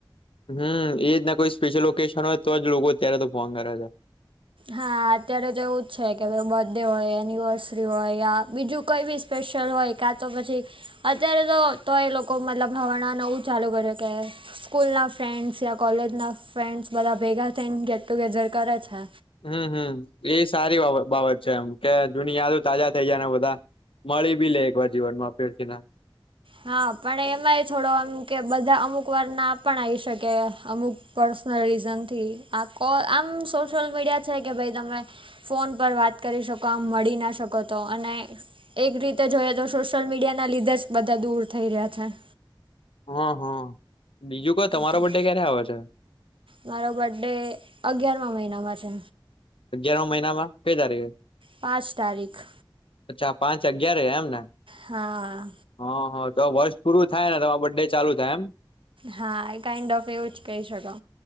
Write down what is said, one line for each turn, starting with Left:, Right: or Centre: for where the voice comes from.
Left: હમ એ જ ના કોઈ સ્પેશિયલ ઓકેશન હોય તોજ લોકો અત્યારે તો ફોન કરે છે.
Right: હા અત્યારે તો એવું જ છે કે ભ‌ઇ બડે હોય એનિવર્સરી હોય યા બીજું કાઈ બી. સ્પેશિયલ હોય કાં તો પછી અત્યારે તો તો એ લોકો મતલબ હવાણા નવું ચાલુ કરે છે કે. સ્કૂલ ના ફ્રેન્ડ્સ યા કોલેજ ના ફ્રેન્ડસ બધા ભેગા થઈને ગેટ ટુગેધર કરે છે.
Left: હમ હમ એ સારી બાબત બાબત છે એમ કે જુની યાદ તાજા થઇ જાય ને બધા. મળી બી લે એકવાર જીવનમાં ફેરથી ના.
Right: હા પણ એમાંય થોડો એમ કે બધા અમુક વાર ના પણ આવી શકે અમુક પર્સનલ રીઝનથી આ કો આમ સોશિલ મીડિયા છે કે ભાઈ તમે ફોન પર વાત કરી શકો આમ મળી ના શકો તો અને. એક રીતે જોઈએ તો સોશિયલ મીડિયા ના લીધેજ બધા દૂર થઈ રહ્યા છે.
Left: હા હા બીજું કોઈ તમારો
Right: છે
Left: બે ક્યારે આવે છે?
Right: મારો બર્થ ડે અગિયારમા મહિનામાં છે.
Left: અગિયાર મહિનામાં પદાર રહ્યું છે.
Right: પાંચ તારીખ.
Left: અચ્છા પાંચ અગયાર એ એમને.
Right: હા
Left: હ હ તો વર્ષ પૂરું થાય ને તમારે બડે ચાલુ થાય એમ.
Right: હા એ કઇન્ડ ઓફ એવું જ કહી શકો